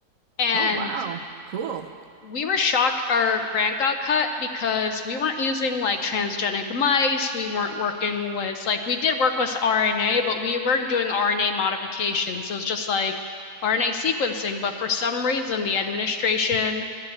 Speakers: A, on the left; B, on the right.
A: and
B: Oh, wow. Cool.
A: we were shocked our grant got cut because we weren't using like transgenic mice. We weren't working with like we did work with RNA, but we weren't doing RNA modifications. It was just like RNA sequencing. But for some reason, the administration